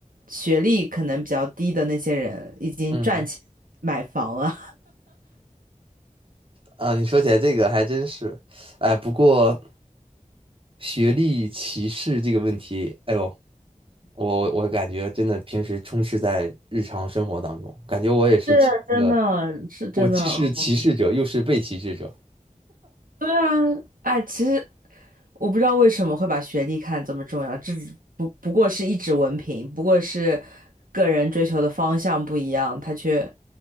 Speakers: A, on the right (about 85°); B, on the right (about 40°).
A: 学历可能比较低的那些人，已经赚钱买房了，
B: 嗯，啊，你说起来这个还真是，哎，不过学历歧视这个问题，哎呦，我我感觉真的平时充斥在日常生活当中，感觉我也是其中的，
A: <laughs> 是真的，是真的。
B: 我既是歧视者，又是被歧视者。
A: 对啊，哎，其实。我不知道为什么会把学历看这么重要，这只不不过是一纸文凭，不过是个人追求的方向不一样，他却